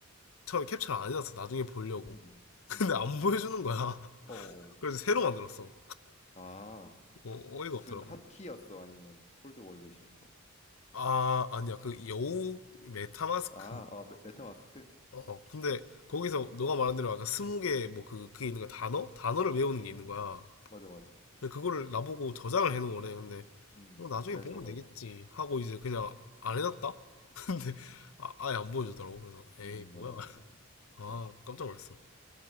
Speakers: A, on the left (about 75°); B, on the left (about 30°).
A: 처음에 캡처를 안 해놨어. 나중에 보려고.
B: 음, 음.
A: <laughs> 근데
B: 음.
A: 안 보여주는 거야. <laughs>
B: 어어.
A: 그래서 새로 만들었어.
B: 아,
A: 어, 이가
B: 무슨
A: 없더라고요.
B: 핫키였어? 아니면 콜드 월렛이었어?
A: 아, 아니야. 그 여우 메타마스크.
B: 아, 아, 메, 메타마스크?
A: 어, 근데 거기서
B: 음,
A: 너가 말한 대로 아까 스무 개 뭐 그, 그게 있는 거야. 단어? 단어를 외우는 게
B: 음,
A: 있는
B: 음.
A: 거야.
B: 맞아, 맞아.
A: 근데 그거를 나보고 저장을 해놓은 거래. 근데
B: 음,
A: 뭐 나중에
B: 잘
A: 보면
B: 적어야
A: 되겠지
B: 돼.
A: 하고 이제 그냥
B: 음,
A: 안 해놨다? <laughs> 근데
B: 음,
A: 아, 아예 안 보여주더라고. 그래서 에이,
B: 음,
A: 뭐야.
B: 맞아, 맞아.
A: <laughs> 아,
B: 어,
A: 깜짝 놀랐어.